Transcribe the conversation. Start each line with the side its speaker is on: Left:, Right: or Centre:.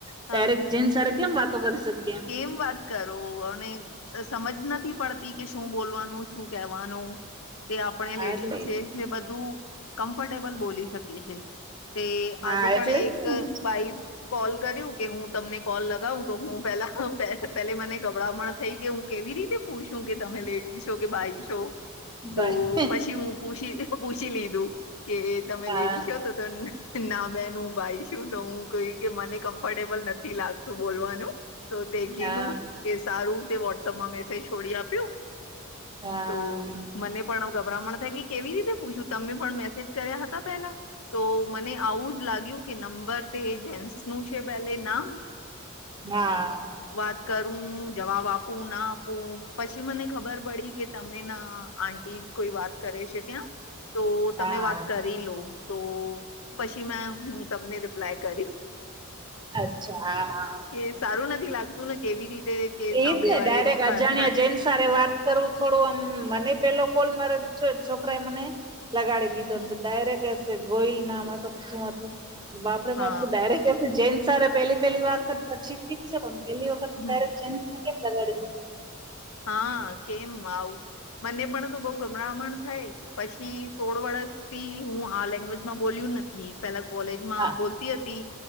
Right: ડાયરેક્ટ
Left: હા
Right: જેન્સ હારે કેમ વાતો કરી શકુ
Left: કેમ વાત કર અને સમજ નથી પડતી કે શું બોલવાનું શું કેવાનું તે આપણે
Right: હા
Left: લેડીઝ
Right: એટલે
Left: છે તે બધું કમ્ફર્ટેબલ બોલી શકે છે તે
Right: હા
Left: આજે
Right: એટલે
Left: પણ એક
Right: જ ને
Left: ભાઈ કોલ કર્યું કે હું તમને કોલ લગાવું તો હું પેલા પેલે મને ગભરામન પણ થઈ કે હું કેવી રીતે પૂછું કે તમે લેડીઝ છ કે ભાઈ છો
Right: બાય
Left: તો પછી હું પૂછી પૂછી લીધું કે તમે
Right: હા
Left: લેડીસો તો ના બેન હું ભાઈ શું તો હું કોઈ કે મને કમ્ફર્ટેબલ નથી લાગતું બોલવાનું તો તે કીધું
Right: હા
Left: કે સારું તે વોટ્સઅપમાં મેસેજ છોડી આપ્યું
Right: હા
Left: તો મને પણ ગભરામણ થાય કે કેવી રીતે પૂછું તમે પણ મેસેજ કર્યા હતા પેલા તો મને આવું જ લાગ્યું કે નંબર તે જેન્ટસ નું છે પેલે ના
Right: હા
Left: વાત કરું જવાબ આપું ના આપું પછી મને ખબર પડી કે તમે ના આટી જ કોઈ વાત કરે છે ત્યાં તો
Right: હા
Left: તમે વાત કર કરી લો તો પછી મે હું તમને રિપ્લાય કર
Right: અચ્છા હ
Left: એ સારું નથી લાગતું ને કેવી રીતે કે
Right: એજ
Left: સાંભળે
Right: ને
Left: વાળે
Right: ડાયરેક્ટ
Left: ખ
Right: અજાણ્યા
Left: ખ
Right: જેમ સારી વાત કરું થોડું આમ મને પેલો કોલ મારે છોકરા એ મને લગાડી દ ીધ
Left: હમ
Right: ડાયરેક્ટ એસે ગોઈલ ના શું હતું બાપડે
Left: હા
Right: બાપું ડાયરેક્ટ જેન્સ સ પેલી પેલી વખત પછી ઠક છે પણ પહેલી વખત ડાયરેક્ટ
Left: હમ
Right: જેન્સ કેમ લગાડી દીધ
Left: હા કેમ આવું મને પણ તો બઉ ગમરામણ થાય પછી સોળ વર્ષથી હું આ લેંગ્વેજમાં બોલ્યું નથી પેલા કોલેજમાં
Right: હા
Left: બોલતી હતી